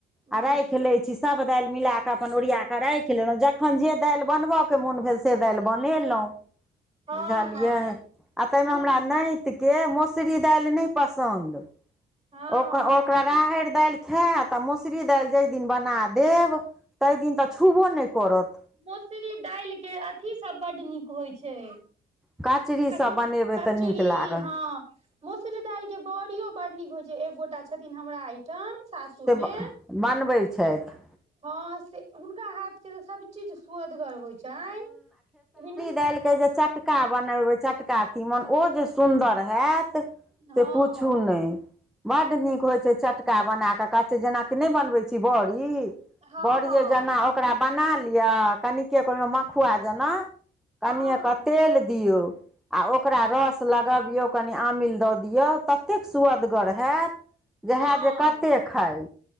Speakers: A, in the centre; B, on the right.
A: आ
B: बुझियौ
A: राइख लै छी स सब दाईल मिलाक अपन ओरियाक राखी लेलऊ, जखन जे दाईल बनबअ के मोन भेल से दाईल बनेलउ
B: हँ
A: बूझलियै,
B: हँ
A: आ तई
B: नीक
A: मै हमरा नैत के मोस मोसरी दाईल नहि पसन्द,
B: हँ हँ
A: ओ क ओ करा राहैर दाईल खैत, आ मोसरी दाईल जै दिन बना देब, तय दिन तऽ छूबो नहि करत।
B: मोसरी दाईल के अथी सब बड नी क होइ छै
A: कचरीसँ
B: कच-
A: बनेबै
B: कचरी
A: तऽ नीक लागल
B: हँ। मोसरी दाईल के बॉड़ियो बड़ नीक होय छै, एक गोटा छथिन हमरा आइटम सासुर
A: से
B: मे।
A: बनबै छैथ।
B: हँ से हुनका हाथ के त सब चीज सुअदगर होइ छाइन, हिन
A: दाईल के जे चट का बनेबै चटका तीमन ओ जे सुन्दर हैत।
B: हँ
A: से पूछू नहि। बड्ड नीक होइ छै चटका बना कऽ, कच जेनाकि नहि बनबै छी बौरी।
B: हँ
A: बड़िए
B: हँ
A: जेना ओकरा बना लिय, कनिके ओहिमे मखुआ जेना कनिए
B: हँ
A: क तेल दियौ। आ ओकरा रऽस लगबियौ कनि आमिल दऽ दियौ, ततेक स्वदगर हैत। जे
B: हँ
A: हैत जे कतेक खाइ